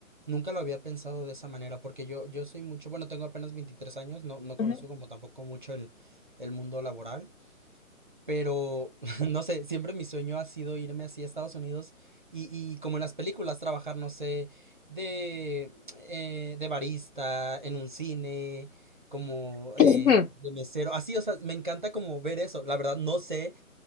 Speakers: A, on the right (about 35°); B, on the left (about 60°).
A: nunca lo había pensado de esa manera, porque yo, yo soy mucho, bueno, tengo apenas 23 años, no, no conozco
B: Ujú. <clears throat>
A: como tampoco mucho el, el mundo laboral, Pero, <laughs> no sé, siempre mi sueño ha sido irme así a Estados Unidos y, y como en las películas, trabajar, no sé, de, eh, de barista, en un cine, como eh,
B: Ujú.
A: de mesero, así, o sea, me encanta como ver eso. La verdad, no sé,